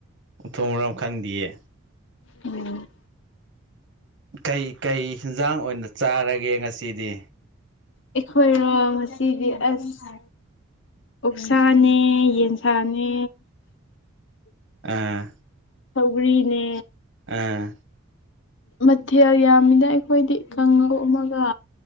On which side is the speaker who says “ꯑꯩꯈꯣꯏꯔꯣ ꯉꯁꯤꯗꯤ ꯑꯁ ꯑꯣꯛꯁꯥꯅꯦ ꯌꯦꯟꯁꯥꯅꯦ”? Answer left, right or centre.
Left